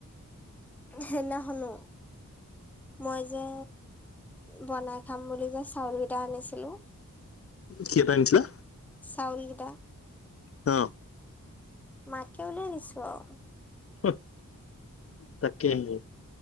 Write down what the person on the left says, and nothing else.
কি এটা আনিছিলা?
অ।
হুহ তাকে হে।